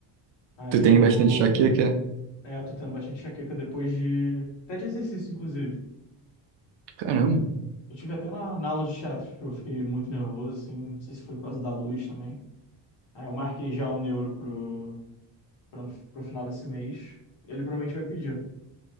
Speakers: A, on the left; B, on the right.
A: Aí
B: Tu tem
A: eu.
B: bastante enxaqueca?
A: É, eu tô tendo bastante enxaqueca depois de. Até de exercício, inclusive.
B: Caramba.
A: Eu tive até na, na aula de teatro, que eu fiquei muito nervoso, assim, não sei se foi por causa da luz também. Aí eu marquei já o neuro pro, pra, pro final desse mês. Ele provavelmente vai pedir